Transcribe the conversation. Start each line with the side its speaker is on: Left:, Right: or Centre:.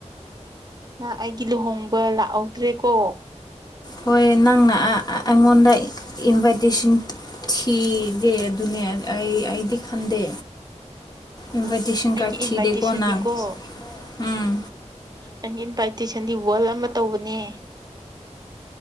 Right: ꯅ ꯑꯩꯒꯤ ꯂꯨꯍꯣꯡꯕ ꯂꯥꯛꯍꯧꯗ꯭ꯔꯦꯀꯣ
Left: ꯍꯣꯏ ꯅꯪꯅ ꯑꯩꯉꯣꯟꯗ ꯏꯟꯚꯥꯏꯇꯦꯁꯟ ꯊꯤꯗꯦ ꯑꯗꯨꯅꯦ ꯑꯩ ꯑꯩꯗꯤ ꯈꯟꯗꯦ ꯏꯟꯚꯥꯏꯇꯦꯁꯟ
Right: ꯑ
Left: ꯀꯥꯔꯗ
Right: ꯑꯩꯒꯤ
Left: ꯊꯤꯗꯦꯀꯣ
Right: ꯏꯟꯚꯥꯏꯇꯦꯁꯟꯗꯤꯀꯣ
Left: ꯅꯪ ꯎꯝ
Right: ꯑꯩꯒꯤ ꯏꯟꯚꯥꯏꯇꯦꯁꯟꯗꯤ ꯋꯜ ꯑꯃ ꯇꯧꯕꯅꯦ